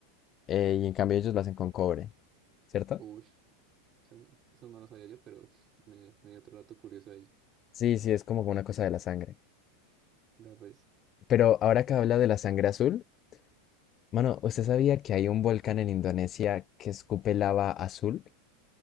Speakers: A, on the left (about 25°); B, on the right (about 25°).
A: eh, y en cambio ellos lo hacen con cobre, ¿cierto?
B: Uy, eso, eso no lo sabía yo, pero me, me dio otro dato curioso ahí.
A: Sí, sí, es como una cosa de la sangre.
B: Vea pues,
A: Pero ahora que habla de la sangre azul, mano, ¿usted sabía que hay un volcán en Indonesia que escupe lava azul?